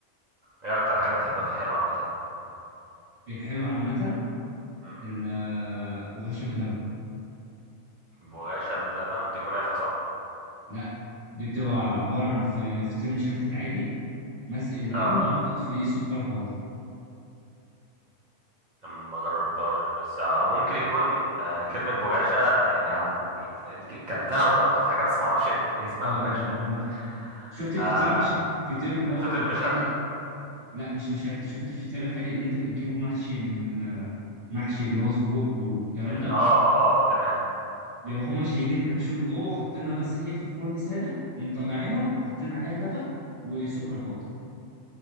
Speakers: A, on the right; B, on the right.
A: إيه أكتر حاجة بتحبها في الحلو عامة؟
B: الحلو عامه
A: مم.
B: البغاشة باللبن
A: بغاشة باللبن دي كنافة صح؟
B: لا دي بتبقى عباره عن ف- فطير مشلتت عادي مسقي باللبن
A: اه
B: محطوط فيه سكر بودر
A: ما جربتهاش بس او ممكن يكون آه، كلمة بغاشة يعني عمل كلتها وجربتها في حاجة بس ما اعرفش ان دي اسمها
B: اه
A: بغاشة
B: اه بالمهر
A: فاهم
B: شفت الفطير
A: آه
B: مش الفطير اللي هو
A: فطير
B: الحادق
A: مشلتت
B: لا مش مشلتت شفت الفطير الحادق اللي انت بتجيبه محشي من المحشي اللي هو سجق والكلام
A: زي-
B: ده
A: اه اه تمام
B: بيبقى هما شايلين الحشو اللي جوه وحاطينها بس هي في الفرن ساده ومطلعينها وحاطين عليها لبن وسكر بودر